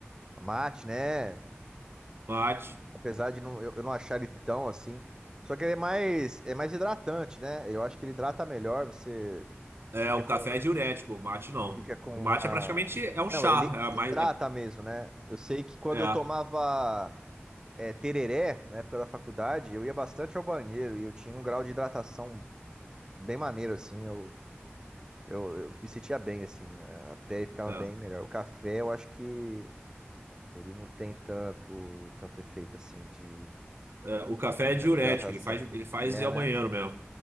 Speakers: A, on the right; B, on the right.
A: mate, né?
B: mate.
A: Apesar de não, eu, eu não achar ele tão assim. Só que ele é mais, é mais hidratante, né? Eu acho que ele hidrata melhor, você
B: É,
A: fica
B: o
A: com,
B: café é diurético, o mate não.
A: fica com
B: O mate
A: uma.
B: é praticamente é um
A: Não,
B: chá,
A: ele
B: é
A: hidrata
B: mais é,
A: mesmo, né? Eu sei que quando
B: é,
A: eu tomava é, tereré, na época da faculdade, eu ia bastante ao banheiro e eu tinha um grau de hidratação bem maneiro, assim. Eu, Eu, eu me sentia bem, assim, a pele ficava
B: é,
A: bem melhor. O café, eu acho que ele não tem tanto, tanto efeito, assim, de
B: é. O café
A: hidra-
B: é diurético,
A: hidratação.
B: ele faz ele faz
A: E é,
B: ir ao
A: né?
B: banheiro mesmo.